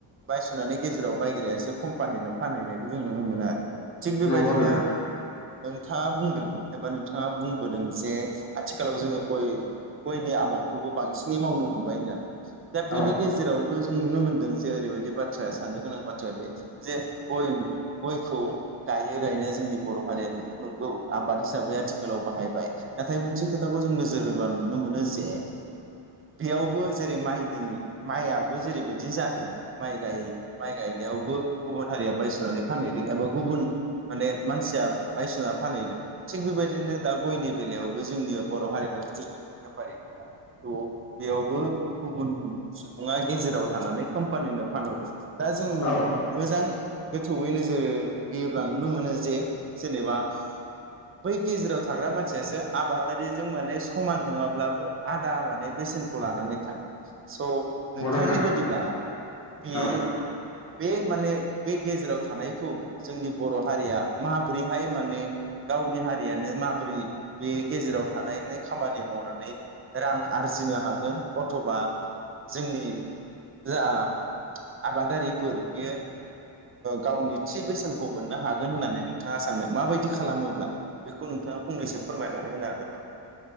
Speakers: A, on the right (about 30°); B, on the left (about 40°).
A: बायस'नानै गेजेराव बायग्रायासो कम्पानिनो फानहैनायखौ जों नुनो मोनो आरो थिग बेबायदिनो
B: नंगौ नोंथां
A: नोंथाङा बुंदों एबा नोंथाङा बुंबोदों जे आथिखालाव जोङो गय गयनि आबाद खौबो बांसिनै मावनो हमबाय होननानै दा
B: औ
A: बेनि गेजेरावबो जों नुनो मोनदों जे ओरैबाय दि बाथ्राया साननो गोनां बाथ्राया बे जे गय गयखौ गायो गायनाया जोंनि बर' हारिया नंगौ आबाद हिसाबै आथिखालाव बाहायबाय नाथाय मोनसे खोथाखौ जों नोजोर होबा नुनो मोनो जे बेयावबो जेरै माइनि माइयाबो जेरैबायदि जादों माइ गाय माइ गायनायावबो गुबुन हारिया बायस'नानै फानहैदों एबा गुबुन माने मानसिया बायसना फानहैदों थिग बेबायदिनो दा गयनि बेलायावबो जोंनि बर' हारिनाव बिदि बेफारि गैया। थ' बेयावबो गुबुन सुबुङा गेजेराव थानानै कम्पानिनो फानहरो। दा जों नुनो
B: औ
A: मोजां गोथौयै नोजोर होयोब्ला नुनो मोनो जे जेनेबा बै गेजेराव थाग्रा मानसियासो आबादारिजों माने समान नङाब्लाबो आ लादा माने बेसेनखौ लानानै थाङो स'
B: नंगौ
A: नोंथांनि
B: नोंथां
A: बायदिब्ला बे
B: औ
A: बे माने बे गेजेराव थानायखौ जोंनि बर' हारिया माबोरैहाय माने गावनि हारियानो माबोरै बे गेजेराव थानायनि खामानि मावनानै रां आरजिनो हागोन अथ'बा जोंनि जा आबादारिफोर बियो गावनि थि बेसेनखौ मोननो हागोन होननानै नोंथाङा सानदों माबायदि खालामोब्ला? बेखौ नोंथाङा फंनैसो फोरमायनानै होनो हागोन नामा?